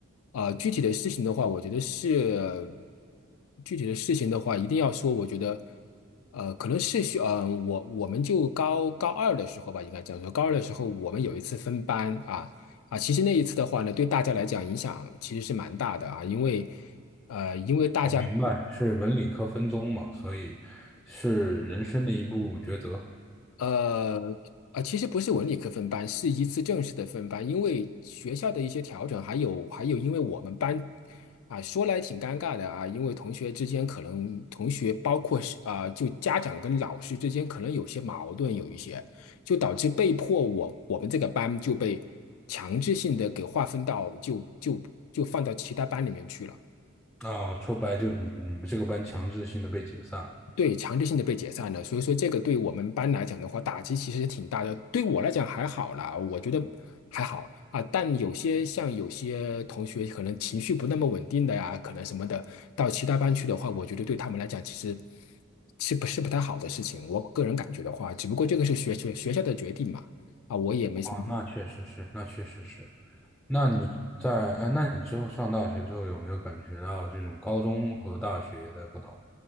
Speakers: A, on the left; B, in the centre.
A: 呃，具体的事情的话，我觉得是具体的事情的话，一定要说，我觉得，呃，可能是需，呃，我我们就高高二的时候吧，应该这样说，高二的时候我们有一次分班啊啊，其实那一次的话呢，对大家来讲影响其实是蛮大的啊，因为。呃，因为大家嗯
B: 我明白是文理科分宗嘛，所以是人生的一步抉择。
A: 呃，啊，其实不是文理科分班，是一次正式的分班，因为学校的一些调整，还有还有，因为我们班啊，说来挺尴尬的啊，因为同学之间可能同学包括是啊，就家长跟老师之间可能有些矛盾，有一些就导致被迫我我们这个班就被强制性的给划分到就就就放到其他班里面去了。
B: 啊，说白了就是你你们这个班强制性的被解散了。
A: 对，强制性的被解散了，所以说这个对我们班来讲的话，打击其实挺大的。对我来讲还好啦，我觉得还好啊。但有些像有些同学可能情绪不那么稳定的呀，可能什么的，到其他班去的话，我觉得对他们来讲其实是不是不太好的事情。我个人感觉的话，只不过这个是学学学校的决定嘛，啊，我也没什么。
B: 哦，那确实是，那确实是。那你在，哎，那你之后上大学之后有没有感觉到这种高中和大学的不同？